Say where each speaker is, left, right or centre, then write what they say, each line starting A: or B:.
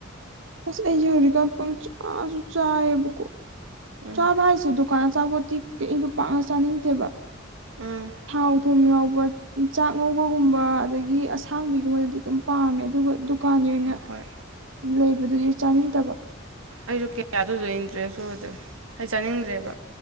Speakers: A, on the right (about 65°); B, on the right (about 85°).
A: ꯑꯁ ꯑꯩ ꯍꯧꯖꯤꯛꯀꯥꯟ ꯄꯪꯆꯥꯥꯁꯨ ꯆꯥꯏꯌꯦꯕꯀꯣ
B: ꯎꯝ
A: ꯆꯥꯕ ꯍꯥꯏꯁꯤꯗꯤ ꯀꯥꯟ ꯆꯥꯄꯣꯠꯇꯤ ꯀꯩꯃꯁꯨ ꯄꯥꯛꯅ ꯆꯥꯅꯤꯡꯇꯦꯕ
B: ꯎꯝ
A: ꯊꯥꯎ ꯊꯨꯝ ꯌꯥꯎꯕ ꯆꯥꯛ ꯉꯧꯕꯒꯨꯝꯕ ꯑꯗꯒꯤ ꯑꯁꯥꯡꯕꯤꯒꯨꯝꯕꯗꯨ ꯑꯗꯨꯝ ꯄꯥꯝꯃꯦ ꯑꯗꯨꯒ ꯗꯨꯛ ꯀꯥꯡꯅꯦꯅꯥ
B: ꯍꯣꯏ
A: ꯂꯩꯕꯗꯩꯏ ꯆꯥꯅꯤꯡꯗꯕ
B: ꯑꯩꯁꯨ ꯀꯌꯥꯗꯨꯁꯨ ꯏꯟꯇꯔꯦꯁ ꯑꯣꯏꯗ꯭ꯔꯦ ꯍꯥꯏ ꯆꯥꯅꯤꯡꯗ꯭ꯔꯦꯕ